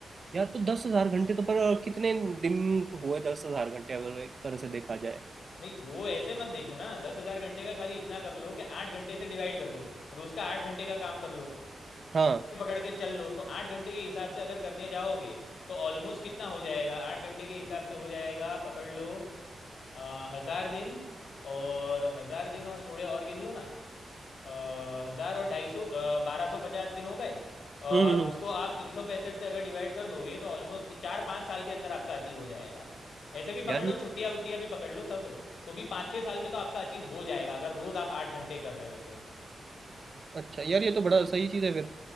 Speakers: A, on the right; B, on the left.
A: यार तो दस हजार घंटे तो पर कितने दिन हुए दस हजार घंटे अगर एक तरह से देखा जाए
B: नहीं वो ऐसे मत देखो ना दस हजार घंटे का खाली इतना कर लो कि आठ घंटे से डिवाइड कर दो रोज का आठ घंटे का काम कर लो
A: हाँ
B: ऐसे पकड़ के चल लो तो आठ घंटे के हिसाब से अगर करने जाओगे तो ऑलमोस्ट कितना हो जाएगा आठ घंटे के हिसाब से हो जाएगा पकड़ लो आ, हजार दिन और हजार दिन और थोड़े और गिन लो ना आ, हजार और ढाई सौ बारह सौ पचास दिन हो गए और
A: हम्म हम्म,
B: उसको आप तीन सौ पैंसठ से अगर डिवाइड कर दोगे तो ऑलमोस्ट चार पाँच साल के अंदर आपका अचीव हो जाएगा ऐसे भी पकड़
A: यार
B: लो
A: ये
B: छुट्टियां वुट्टियां भी पकड़ लो सब तो भी पाँच छः साल में तो आपका अचीव हो जाएगा अगर रोज आप आठ घंटे कर रहे हो तो
A: अच्छा यार ये तो बड़ा सही चीज है फिर